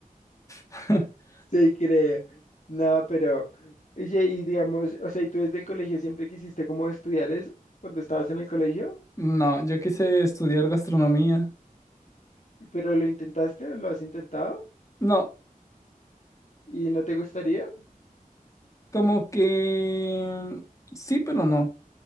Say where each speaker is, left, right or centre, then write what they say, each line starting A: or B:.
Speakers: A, on the left; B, on the left.
A: <laughs>
B: Sí, creo. No, pero, oye, y digamos, o sea, ¿y tú desde el colegio siempre quisiste como estudiar eso cuando estabas en el colegio?
A: No, yo quise estudiar gastronomía.
B: ¿Y ¿Pero lo intentaste o lo has intentado?
A: No,
B: ¿Y no te gustaría?
A: como que sí, pero no.